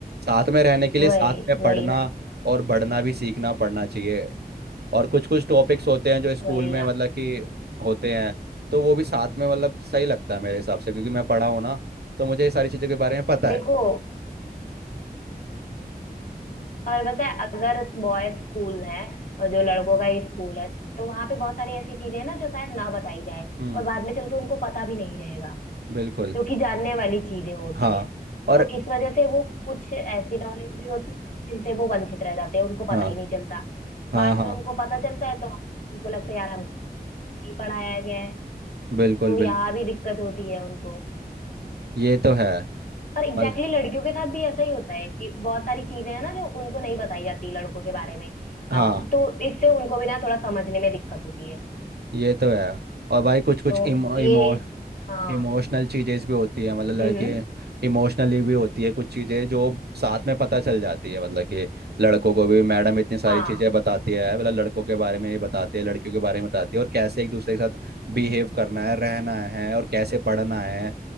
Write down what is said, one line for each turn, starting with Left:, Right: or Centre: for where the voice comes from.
Right: साथ में रहने के लिए
Left: वही
Right: साथ में
Left: वही
Right: पढ़ना
Left: ना
Right: और बढ़ना भी सीखना पड़ना चाहिए और कुछ कुछ टॉपिक्स होते हैं जो स्कूल
Left: वही
Right: में
Left: ना
Right: मतलब कि होते हैं तो वो भी साथ में मतलब सही लगता है मेरे हिसाब से क्योंकि मैं पढ़ा हूँ ना तो मुझे ये सारी चीज़ों के बारे में पता
Left: देखो
Right: है
Left: और पता है अगर बॉयज स्कूल है और जो लड़कों का ही स्कूल है तो वहां पे बहुत सारी ऐसी चीजें हैं ना जो शायद ना बताई जाए
Right: हम्म
Left: और बाद में चल के उनको पता भी नहीं रहेगा
Right: बिल्कुल
Left: जो कि जानने वाली चीजें होती
Right: हाँ
Left: हैं
Right: और
Left: तो इस वजह से वो कुछ ऐसी नॉलेज भी होती है जिनसे वो वंचित रह जाते हैं उनको पता
Right: हाँ
Left: ही नहीं चलता
Right: हाँ
Left: बाद
Right: हाँ
Left: में उनको पता चलता है तो उनको लगता है यार हमको नहीं पढ़ाया गया है
Right: बिल्कुल
Left: तो यहाँ
Right: बिल्कुल
Left: भी दिक्कत होती है उनको
Right: ये तो है
Left: और एग्जैक्टली
Right: मल
Left: exactly लड़कियों के साथ भी ऐसा ही होता है कि बहुत सारी चीजें हैं ना जो उनको नहीं बताई जाती लड़कों के बारे में
Right: हाँ
Left: हाँ, तो इससे उनको भी ना थोड़ा समझने में दिक्कत होती है
Right: ये तो है और भाई कुछ कुछ
Left: तो
Right: इमो
Left: ये हाँ
Right: इमोशनल चीजें भी होती है मतलब लड़के
Left: हम्म हम्म,
Right: इमोशनली भी होती है कुछ चीजें जो साथ में पता चल जाती है मतलब कि लड़कों को भी मैडम इतनी सारी
Left: हाँ
Right: चीजें बताती है मतलब लड़कों के बारे में ही बताती है लड़कियों के बारे में बताती है और कैसे एक दूसरे के साथ बिहेव करना है रहना है और कैसे पढ़ना है